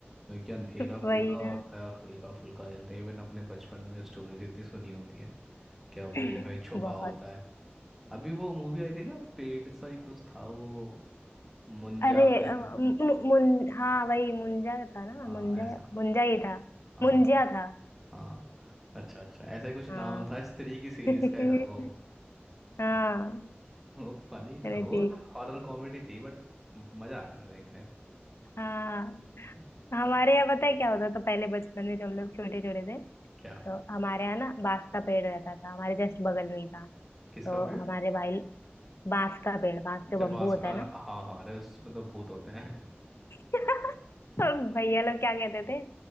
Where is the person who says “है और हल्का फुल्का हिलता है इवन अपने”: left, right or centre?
Centre